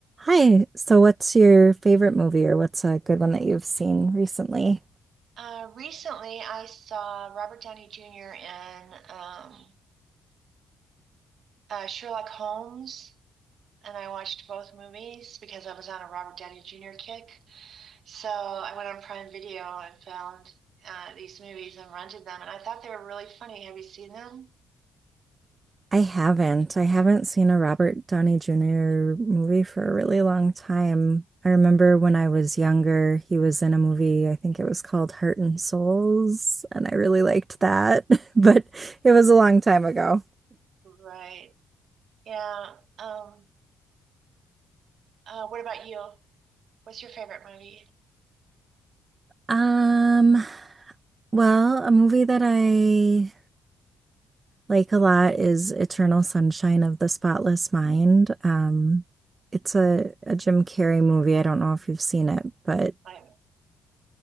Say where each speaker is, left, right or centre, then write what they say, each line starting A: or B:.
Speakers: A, on the right (about 35°); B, on the right (about 65°).
A: Hi. So, what's your favorite movie or what's a good one that you've seen recently?
B: Uh, recently, I saw Robert Downey Jr. in um, uh, Sherlock Holmes, and I watched both movies because I was on a Robert Downey Jr. kick. So I went on Prime Video and found uh, these movies and rented them, and I thought they were really funny. Have you seen them?
A: I haven't. I haven't seen a Robert Downey Jr. movie for a really long time. I remember when I was younger, he was in a movie, I think it was called Heart and Souls, and I really liked that, <laughs> but it was a long time ago.
B: Right. Yeah. Um, uh, what about you? What's your favorite movie?
A: Um, well, a movie that I Like a lot is Eternal Sunshine of the Spotless Mind. Um, it's a, a Jim Carrey movie. I don't know if you've seen it, but
B: I,